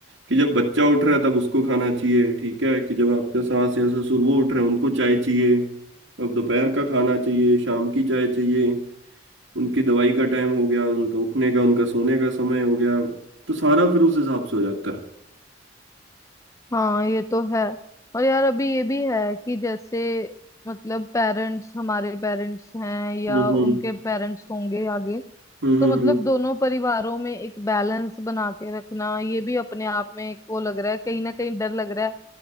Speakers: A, on the right (about 70°); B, on the left (about 15°).
A: कि जब बच्चा उठ रहा है तब उसको खाना चाहिए ठीक है कि जब आपका सास या ससुर वो उठ रहे हैं उनको चाय चाहिए अब दोपहर का खाना चाहिए शाम की चाय चाहिए उनकी दवाई का टाइम हो गया उनका उठने का उनका सोने का समय हो गया तो सारा फिर उस हिसाब से हो जाता है
B: हाँ ये तो है और यार अभी ये भी है कि जैसे मतलब पेरेंट्स हमारे पेरेंट्स हैं या
A: हम्म हम्म
B: उनके पेरेंट्स होंगे आगे
A: हम्म हम्म
B: तो मतलब
A: हम्म।
B: दोनों परिवारों में एक बैलेंस बना के रखना ये भी अपने आप में एक वो लग रहा है कहीं ना कहीं डर लग रहा है